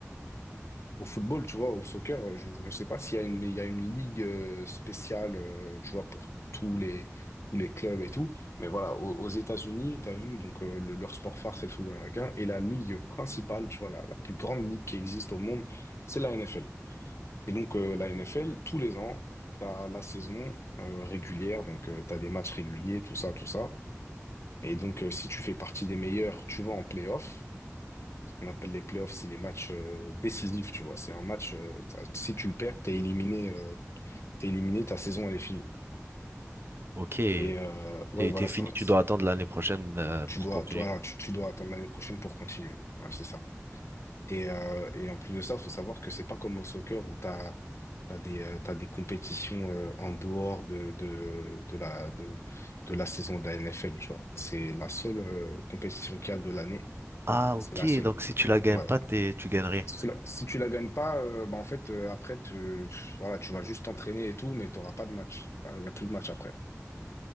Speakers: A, on the left (about 55°); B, on the right (about 50°).
A: Au football, tu vois, au soccer, euh, je ne sais pas s'il y a une, il y a une ligue euh, spéciale, euh, tu vois, pour tous les, tous les clubs et tout. Mais voilà, aux, aux États-Unis, tu as vu, donc euh, le- leur sport phare, c'est le football américain. Et la ligue principale, tu vois, la, la plus grande ligue qui existe au monde, c'est la NFL. Et donc, euh, la NFL, tous les ans, tu as la saison euh, régulière, donc tu as des matchs réguliers, tout ça, tout ça. Et donc, euh, si tu fais partie des meilleurs, tu vas en playoff. On appelle les playoffs, c'est les matchs euh, décisifs, tu vois. C'est un match, euh, ça- si tu le perds, t'es éliminé, euh, t'es éliminé, ta saison, elle est finie.
B: ok.
A: Et euh, ouais,
B: T'es,
A: voilà,
B: t'es
A: ça,
B: fini, tu
A: ça-
B: dois attendre l'année prochaine, euh,
A: tu
B: pour
A: dois,
B: continuer.
A: tu, voilà, tu, tu dois attendre l'année prochaine pour continuer. Voilà, c'est ça. Et, euh, et en plus de ça, il faut savoir que c'est pas comme au soccer où t'as, t'as des, euh, t'as des compétitions euh, en dehors de, de, de la, de, de la saison de la NFL, tu vois. C'est la seule euh, compétition qu'il y a de l'année.
B: Ah,
A: C'est
B: ok.
A: la seule.
B: Donc, si tu la gagnes
A: Ouais.
B: pas, t'es, tu gagnes rien.
A: Si la- si tu la gagnes pas, euh, bah, en fait, euh, après, te- voilà, tu vas juste t'entraîner et tout, mais tu n'auras pas de match. Il n'y a plus de match après.